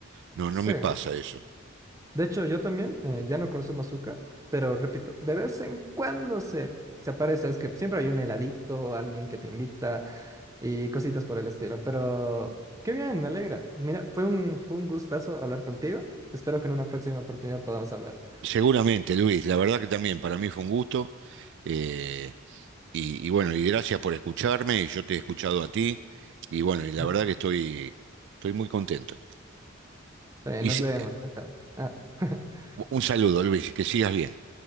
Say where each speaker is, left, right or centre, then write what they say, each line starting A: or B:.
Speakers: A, on the right; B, on the right.
A: No, no
B: sí.
A: me pasa eso.
B: De hecho, yo también eh, ya no consumo azúcar, pero repito, de vez en cuando se, se aparece, es que siempre hay un heladito, alguien que te invita. y cositas por el estilo. Pero qué bien, me alegra. Mira, fue un, fue un gustazo hablar contigo. Espero que en una próxima oportunidad podamos hablar.
A: Seguramente, Luis, la verdad que también para mí fue un gusto. Eh, Y, y bueno, y gracias por escucharme, y yo te he escuchado a ti, y bueno,
B: <laughs>
A: y la
B: Ujú.
A: verdad que estoy, estoy muy contento.
B: Está bien,
A: Y
B: nos
A: si-
B: vemos. Chao, chao. Ah. <laughs>
A: un saludo, Luis, que sigas bien.